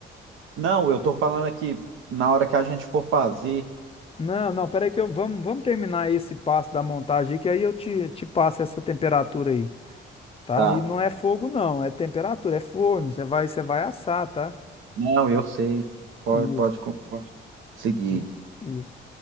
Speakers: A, on the right; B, on the left.
A: Não, eu tô falando aqui na hora que a gente for fazer.
B: Não, não, peraí que eu, vamos, vamos terminar esse passo da montagem aí, que aí eu te, te passo essa temperatura aí, tá?
A: Tá.
B: E não é fogo, não, é temperatura, é forno, você vai, você vai assar, tá?
A: Não, eu sei. Pode,
B: Isso,
A: pode, co- pode seguir.
B: isso, isso.